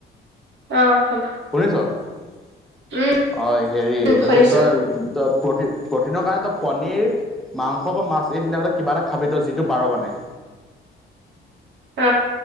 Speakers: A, on the right; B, in the centre.
A: অ', হ'ব।
B: শুনিছ অ',
A: উম
B: হেৰি
A: উম
B: তাৰপিছত
A: শুনিছো
B: তই ত প্ৰ প্ৰটিনৰ কাৰণে তই পনীৰ মাংস বা মাছ এই তিনিটা ভিতৰত কিবা এটা খাবি তই যিটো পাৰ মানে
A: অ